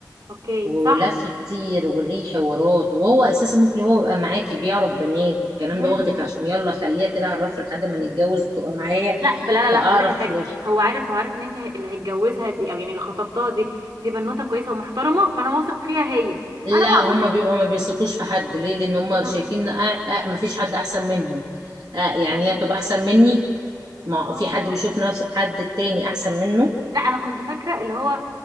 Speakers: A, on the right; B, on the right.
A: اوكي
B: ولف
A: صح
B: كتير وليه حوارات وهو اساسا ممكن هو يبقى معاكي بيعرف بنات والكلام
A: مم.
B: ده واخدك عشان يلا خليها كده اعرف لحد ما نتجوز وتبقى معايا
A: لا لا لا لا
B: فاعرف
A: هقول لك الحاجه
B: ليش
A: هو عارف هو عارف ان انت اللي هيتجوزها دي او يعني اللي خطبتها دي دي بنوته كويسه ومحترمه فانا واثق فيها هي
B: لا
A: انا بقى
B: هما
A: بقى
B: بيبقى ما بيثقوش في حد ليه لان هما
A: بتهزر
B: شايفين آه آه ما فيش حد احسن منهم آه يعني
A: بجد
B: هي تبقى احسن مني ما
A: اه
B: هو في حد بيشوف نفس حد التاني احسن منه
A: لا انا كنت فاكره اللي هو